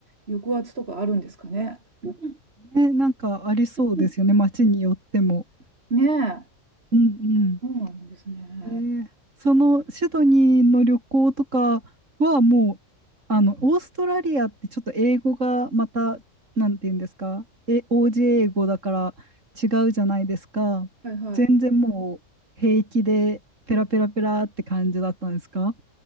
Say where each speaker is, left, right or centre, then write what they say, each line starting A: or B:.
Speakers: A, on the right (about 50°); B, on the right (about 70°).
A: 抑圧とかあるんですかね。うん
B: ね、なんかありそうですよね。
A: うん
B: 街によっても。
A: ねえ、
B: うんうん。
A: そうなんですね。
B: えーそのシドニーの旅行とかはもう、あの、オーストラリアってちょっと英語がまた、なんて言うんですか、え、OJ 英語だから違うじゃないですか。
A: はいはい。
B: 全然もう平気でペラペラペラって感じだったんですか